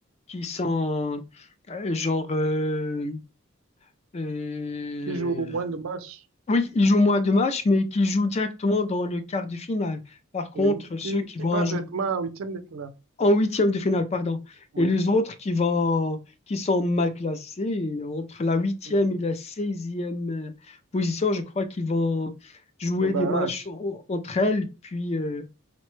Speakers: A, on the left; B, on the right.
A: qui sont euh, genre... euh, euh,
B: Qui joue au moins de matchs.
A: oui, ils jouent moins de matchs, mais qui jouent directement dans le quart de finale. Par contre,
B: Oui,
A: ceux
B: qui,
A: qui vont
B: qui prend
A: ajouter
B: directement en huitième de finale.
A: en huitième de finale, pardon.
B: Oui,
A: Et les autres qui vont, qui sont mal classés, entre la huitième
B: Mm.
A: et la seizième euh, position, je crois qu'ils vont jouer
B: le barrage.
A: des matchs en- entre elles, puis euh,